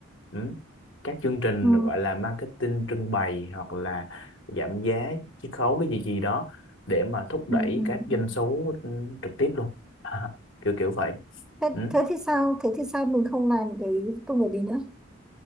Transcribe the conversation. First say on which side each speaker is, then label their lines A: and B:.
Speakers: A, on the left (about 65°); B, in the centre.
A: ừ. các chương trình
B: Ừ.
A: gọi là marketing trưng bày hoặc là giảm giá chiết khấu cái gì gì đó để mà thúc đẩy
B: Ừ. Ừ.
A: các doanh
B: ừ.
A: số ừ, trực tiếp luôn à, kiểu kiểu vậy
B: Thế,
A: ừ.
B: thế thì sao thế thì sao mình không làm cái công việc đấy nữa